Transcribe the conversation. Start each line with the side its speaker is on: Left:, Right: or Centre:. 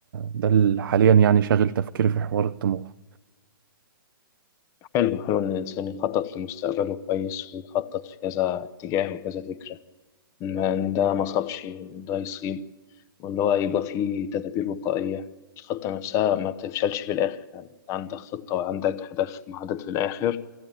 Right: ده اللي حاليا يعني شاغل تفكيري في حوار الطموح
Left: حلو حلو إن الإنسان يخطط لمستقبله كويس ويخطط في كذا اتجاه وكذا فكرة ما إن ده ما صابش وده يصيب واللي هو يبقى فيه تدابير وقائية الخطة نفسها ما تفشلش في الآخر يعني عندك خطة وعندك هدف محدد في الآخر